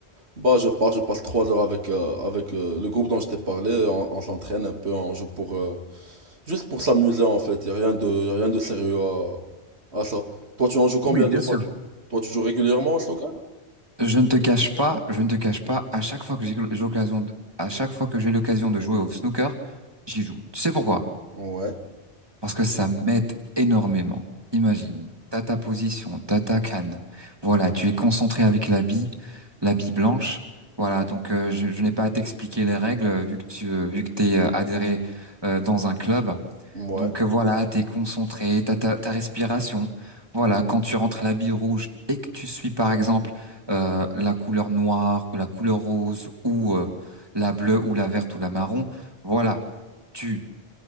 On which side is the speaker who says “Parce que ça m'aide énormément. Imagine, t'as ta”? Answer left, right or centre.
Right